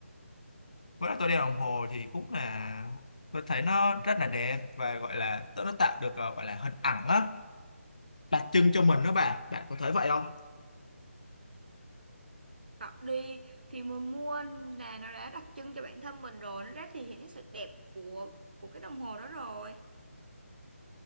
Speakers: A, on the left; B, on the right.
A: với lại tôi đeo đồng hồ thì cũng là tôi thấy nó rất là đẹp và gọi là nó tạo được ờ, gọi là hình ảnh á đặc trưng cho mình đó bạn bạn có thấy vậy không
B: tập đi thì mình mua là nó đã đặc trưng cho bản thân mình rồi, nó đã thể hiện sự đẹp của của cái đồng hồ đó rồi.